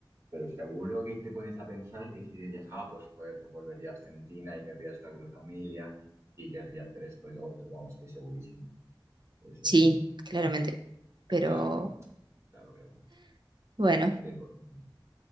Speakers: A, on the right (about 35°); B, on the right (about 65°).
A: pero seguro que te pones a pensar y si dirías, ah, pues joder, pues volvería a Argentina y querría estar con mi familia y querría hacer esto y lo otro, vamos, estoy segurísimo. Es, eh,
B: Sí, claramente. Pero
A: claro, claro, claro.
B: bueno,
A: 100%.